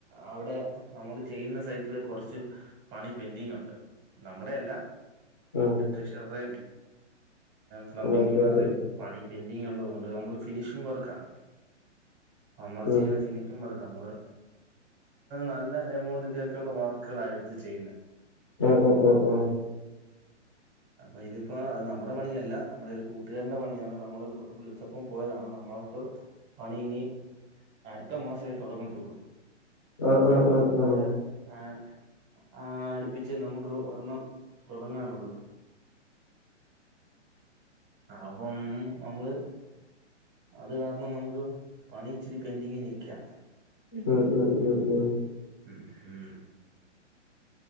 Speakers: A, on the right; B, on the left.
A: അവിടെ നമ്മള് ചെയ്യുന്ന സൈറ്റില് കുറച്ച് പണി പെൻഡിങ് ഉണ്ട് നമ്മുടെയല്ല.
B: ഉം
A: <unintelligible> പ്ലംബിംഗ്
B: വൈറ്റ്
A: മാരുടെയും
B: വാഷ് ചെയ്ത്
A: പണി പെന്റിങ് ഉള്ളത് കൊണ്ട് നമ്മള് ഫിനിഷിംഗ് വർക്കാണ് നമ്മൾ
B: ഉം
A: ചെയ്യുന്ന ഫി ർക്ക് നമ്മള് നല്ല എമൗണ്ടിന്റെക്കെയുള്ള വർക്കുകളായി എടുത്ത് ചെയ്യുന്ന.
B: ഓ ഒ ഒ ഒ
A: അപ്പൊ ഇതിപ്പോ അത് നമ്മുടെ പണിയല്ല നമ്മുടെ ഒരു കൂട്ടുകാരന്റെ പണിയാണ് നമ്മള് വിളിച്ചപ്പം പോയതാണ് നമ്മൾക്ക് പണില് അടുത്ത മാസമേ തുടങ്ങത്തുള്ളൂ.
B: ആ ആ
A: ഓണം
B: ആ
A: ത്തോടെ
B: ആ
A: ആഹ് ആഹ് അടുപ്പിച്ച് നമുക്ക് ഒരെണ്ണം തുടങ്ങാനുള്ളൂ
B: <inaudible>
A: അപ്പം നമ്മള് അത് കാരണം നമുക്ക് പണി ഇച്ചിരി പെന്റിങ്ങി നിക്കാണ്
B: ഉം ഉം ഉം ഉം
A: ഉം ഹും